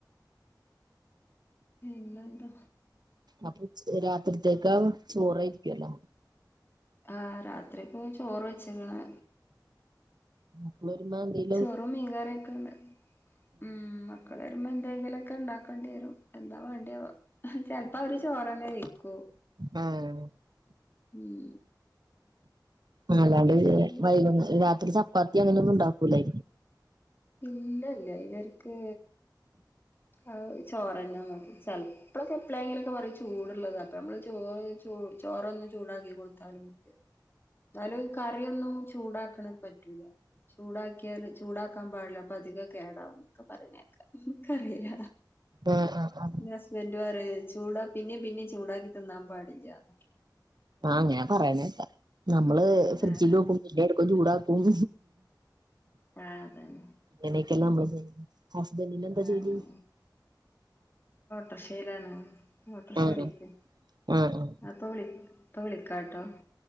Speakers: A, on the left; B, on the right.
A: പിന്നെന്താ
B: അപ്പൊ ഉച് രാത്രിത്തേക്കാ ചോറായിരിക്കുല്ലോ
A: ആഹ് രാത്രിക്ക് ചോറ് വെച്ക്ക്ണ്
B: <unintelligible>
A: ചോറും മീങ്കറിയൊക്കെണ്ട് മം മക്കൾ വരുമ്പോ എന്തെങ്കിലൊക്കെണ്ടാക്കേണ്ടിരും എന്താ വേണ്ടിയേ ആവോ ചെലപ്പോ അവര് ചോറെന്നെ വൈക്കും
B: ആഹ്
A: ഉം
B: ആഹ് അല്ലാണ്ട്
A: വേറെന്താ
B: വൈകു രാത്രി ചപ്പാത്തി അങ്ങനെന്നുംണ്ടാക്കൂലെ
A: ഇല്ലല്ല ഇവർക്ക് അത് ചോറന്നെ മതി ചെലപ്പോക്കെപ്ലേങ്കിലൊക്കെ പറയും ചൂട് ഉള്ളത് അപ്പൊ നമ്മള് ചോറ് ചൂ ചോറൊന്ന് ചൂടാക്കി കൊടുത്താലും മതി ന്നാലും കറിയൊന്നും ചൂടാക്ക്‌ണ പറ്റൂല ചൂടാക്കിയാലും ചൂടാക്കാൻ പാടില്ല അപ്പൊ അതികം കേടാവും ന്നൊക്കെ പറിണേക്കാ ൻക്കറീല
B: ആഹ് ആഹ് ആഹ്
A: ഞാൻ <unintelligible> ചൂടാ പിന്നിം പിന്നിം ചൂടാക്കി തിന്നാം പാടില്ല്യാന്ന്
B: ആ അങ്ങനെ പറയ്‌ണേക്ക നമ്മള് ഫ്രിഡ്ജില്
A: ആഹ്
B: വെക്കും പിന്നി ഇട് ക്കും ചൂടാക്കും
A: ആ അതന്നെ
B: ഇങ്ങനെയെക്കെല്ലാ നമ്മള് ഹസ്ബൻഡിന് എന്താ
A: ആഹ്
B: ജോലി
A: റിശ്ശേലാണ് ഓട്ടോർഷ
B: ആഹ്
A: ഓടിക്ക
B: ആഹ് ആഹ്
A: അപ്പ വിളി ഇപ്പ വിളിക്കാട്ടോ